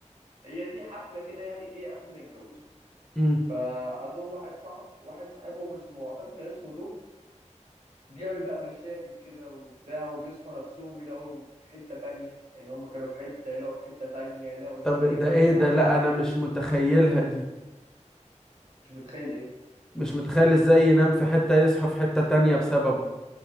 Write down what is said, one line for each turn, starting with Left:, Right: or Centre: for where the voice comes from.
Right: هي دي حفله كده يعني ايه قبل ما يتجوزوا
Centre: امم
Right: فعندهم واحد صاحب واحد صاحبهم اسمه اعتقد كان اسمه دوج بيعمل بقى مشاكل كده وبتاع وبيصحوا نفسهم يلاقوا في حتة تانية يعني هم كانوا في حتة يلاقوا في حتة تانية يلاقوا إن
Centre: طب
Right: في نمر
Centre: ده ايه
Right: في الحمام
Centre: ده لا
Right: عندهم
Centre: انا مش متخيلها دي
Right: مش متخيل ايه
Centre: مش متخيل ازاي ينام في حته يصحى في حته تانية بسببه